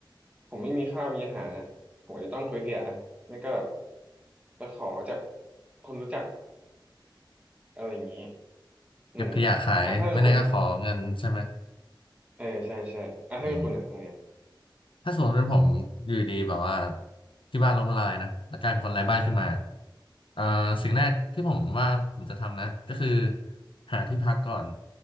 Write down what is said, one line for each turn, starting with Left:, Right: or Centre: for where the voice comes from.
Right: ผมไม่มีข้าวมีอาหารอ่ะผมอาจจะต้องคุยเถียอ่ะไม่ก็แบบไปขอจากคนรู้จัก อะไรอย่างนี้
Left: เก็บขยะขายไม่แน่ก็ขอเงินใช่ไหม
Right: อืมอ่ะถ้าเป็นคุณเออใช่ใช่อ่ะถ้าเป็นคุณอ่ะทำไง
Left: อืม ถ้าสมมติเป็นผมอยู่ดีแบบว่าที่บ้านล้มละลายนะแล้วกลายเป็นคนไร้บ้านขึ้นมาเอ่อสิ่งแรกที่ผมว่าผมจะทำนะก็คือหาที่พักก่อน